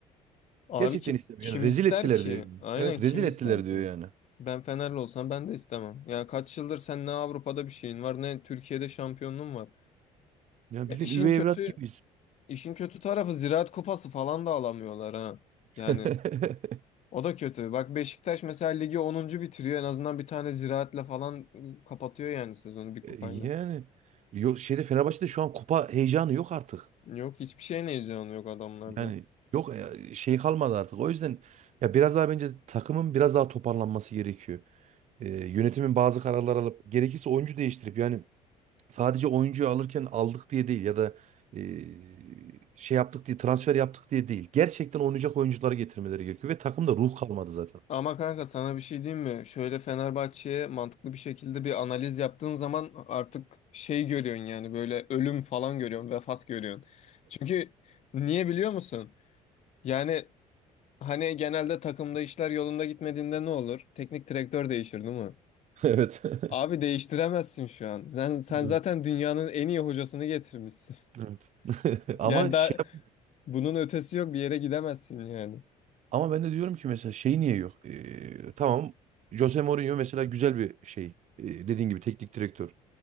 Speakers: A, on the left; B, on the right.
A: Abi
B: Gerçekten
A: ki,
B: istemiyor.
A: kim
B: Yani rezil
A: ister
B: ettiler
A: ki?
B: diyor. yani.
A: Aynen
B: Evet
A: kim
B: rezil
A: ister
B: ettiler
A: ki?
B: diyor yani.
A: Ben Fenerli olsam ben de istemem. Ya kaç yıldır sen ne Avrupa'da bir şeyin var ne Türkiye'de şampiyonluğun var.
B: Ya
A: Ya
B: bildiğin
A: işin
B: üvey
A: kötü
B: evlat gibiyiz.
A: işin kötü tarafı Ziraat Kupası falan da alamıyorlar ha. Yani
B: <laughs>
A: o da kötü. Bak Beşiktaş mesela ligi onuncu bitiriyor. En azından bir tane Ziraat'le falan ıı, kapatıyor yani sezonu bir
B: E,
A: kupayla.
B: Yani yok şeyde Fenerbahçe'de şu an kupa heyecanı yok artık.
A: Yok hiçbir şeyin heyecanı yok adamlarda.
B: Yani yok ya, şey kalmadı artık. O yüzden ya biraz daha bence takımın biraz daha toparlanması gerekiyor. Ee, yönetimin bazı kararlar alıp gerekirse oyuncu değiştirip yani sadece oyuncuyu alırken aldık diye değil ya da ee, şey yaptık diye transfer yaptık diye değil. Gerçekten oynayacak oyuncuları getirmeleri gerekiyor ve takımda ruh kalmadı zaten.
A: Ama kanka sana bir şey diyeyim mi? Şöyle Fenerbahçe'ye mantıklı bir şekilde bir analiz yaptığın zaman artık şey görüyorsun yani böyle ölüm falan görüyorsun, vefat görüyorsun. Çünkü niye biliyor musun? Yani hani genelde takımda işler yolunda gitmediğinde ne olur? Teknik direktör değişir değil mi?
B: <laughs> Evet. <laughs>
A: Abi değiştiremezsin şu an. Sen, sen
B: Evet.
A: zaten dünyanın en iyi hocasını getirmişsin.
B: Evet.
A: <laughs>
B: E, Ama
A: Yani daha
B: şey yap-
A: bunun ötesi yok bir yere gidemezsin yani.
B: ama ben de diyorum ki mesela şey niye yok? Ee, tamam Jose Mourinho mesela güzel bir şey. Ee, dediğin gibi teknik direktör.